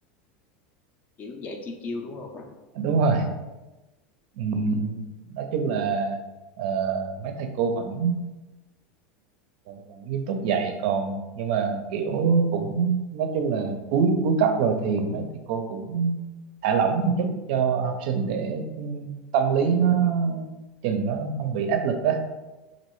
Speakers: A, on the left; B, on the right.
A: kiểu dạy chiêu chiêu đúng không
B: <laughs> đúng rồi Ừm, nói chung là ờ, mấy thầy cô vẫn vẫn, vẫn nghiêm túc dạy còn nhưng mà kiểu cũng nói chung là cuối cuối cấp rồi thì mấy thầy cô cũng thả lỏng một chút cho học sinh để ừ, tâm lý nó chừng nó không bị áp lực á